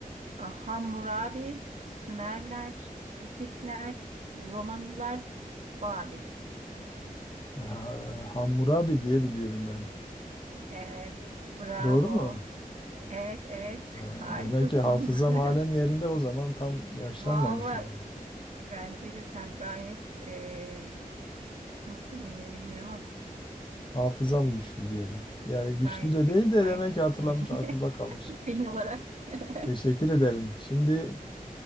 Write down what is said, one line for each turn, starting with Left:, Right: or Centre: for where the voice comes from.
Right: Ah, Hammurabi, Sümerler, Hititler, Romalılar, Babil.
Left: Ha, Hammurabi diye biliyorum ben.
Right: Evet, bravo.
Left: Doğru mu?
Right: Evet, evet,
Left: Ha,
Right: <laughs> harikasın.
Left: demek ki hafızam
Right: <laughs>
Left: halen yerinde o zaman tam yaşlanmamışım
Right: Vallahi
Left: ben.
Right: bence de sen gayet eee, nasıl denir bilmiyorum ama
Left: Hafızam güçlü diyelim. Yani güçlü
Right: gayet
Left: de
Right: zekisi,
Left: değil de
Right: gayet
Left: demek
Right: fitsin
Left: ki hatırlamış
Right: yani
Left: aklımda kalmış.
Right: <laughs> beyin olarak. <laughs>
Left: Teşekkür ederim. Şimdi